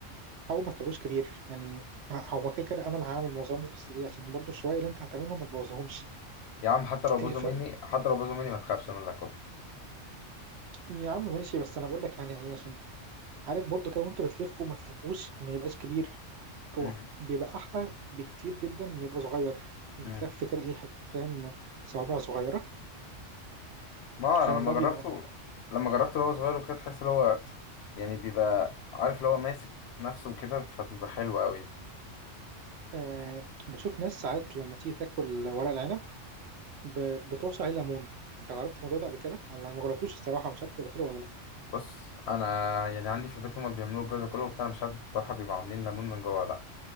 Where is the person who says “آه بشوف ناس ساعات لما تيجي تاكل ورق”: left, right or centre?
Right